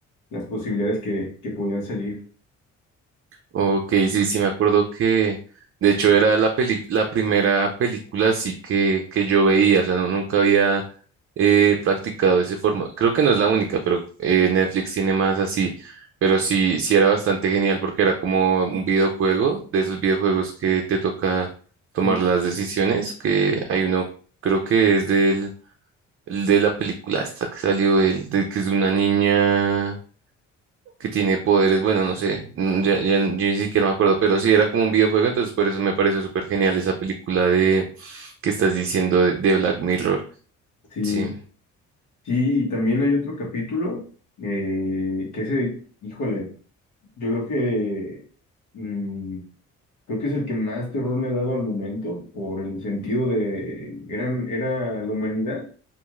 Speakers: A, on the left; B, on the right.
A: las posibilidades que, que podían salir.
B: Ok, sí, sí, me acuerdo que de hecho era la peli- la primera película así que, que yo veía, o sea, no- nunca había eh, practicado ese formato. Creo que no es la única, pero eh, Netflix tiene más así, pero sí, sí era bastante genial porque era como un videojuego, de esos videojuegos que te toca tomar
A: Sí,
B: las decisiones, que hay uno, creo que es del, el de la película esta que salió, el de, que es de una niña que tiene poderes, bueno, no sé, mm, ya, ya n- yo ni siquiera me acuerdo, pero sí era como un videojuego, entonces por eso me pareció súper genial esa película de que estás diciendo de, de Black Mirror.
A: sí,
B: Sí,
A: sí, y también hay otro capítulo eh, que ese, híjole, yo creo que... mm, Creo que es el que más terror me ha dado al momento, por el sentido de, eran, era la humanidad